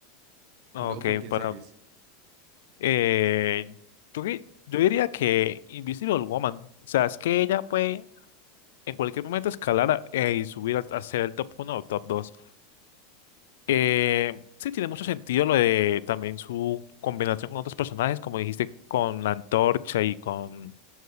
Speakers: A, on the left (about 80°); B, on the right (about 50°).
A: Ok,
B: Y luego, ¿con quién
A: para...
B: seguís?
A: Eh, yo, di- yo diría que Invisible Woman, o sea, es que ella puede en cualquier momento escalar a- eh, y subir al- a, ser el top uno o top dos Eh, sí, tiene mucho sentido lo de también su combinación con otros personajes, como dijiste, con la antorcha y con,